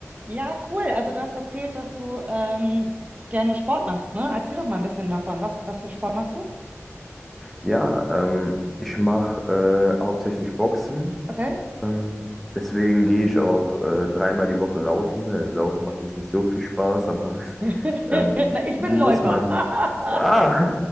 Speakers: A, on the right (about 30°); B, in the centre.
A: Ja, cool. Also du hast erzählt, dass du ähm, gerne Sport machst, ne? Erzähl doch mal ein bisschen davon. Was, was für Sport machst du?
B: Ja, ähm, ich mache äh, hauptsächlich Boxen.
A: Okay.
B: Ähm, deswegen gehe ich auch äh, dreimal die Woche laufen. Äh, Laufen macht jetzt nicht so viel Spaß, aber
A: <laughs> Na,
B: <laughs> ähm,
A: ich
B: muss
A: bin Läufer.
B: man.
A: <laughs>
B: Ah,